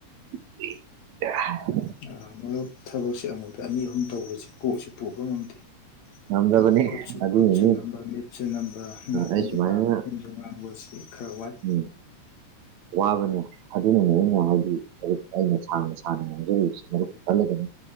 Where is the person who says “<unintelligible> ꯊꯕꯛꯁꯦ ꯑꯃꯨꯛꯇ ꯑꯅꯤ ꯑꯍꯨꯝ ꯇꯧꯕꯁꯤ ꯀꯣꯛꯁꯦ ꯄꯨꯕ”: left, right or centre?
Left